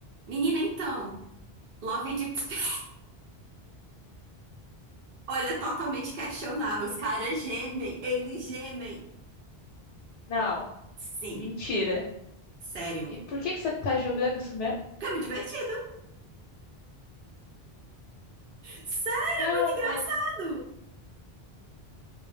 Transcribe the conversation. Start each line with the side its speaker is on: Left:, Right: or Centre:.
Right: Menina, então, Love and Deep Space. <laughs> Olha, totalmente questionável. Os caras gemem, eles gemem.
Left: Não,
Right: Sim,
Left: mentira.
Right: sério.
Left: E por que que você tá jogando isso mesmo?
Right: Porque é muito divertido. Sério,
Left: Não,
Right: é muito engraçado.
Left: mas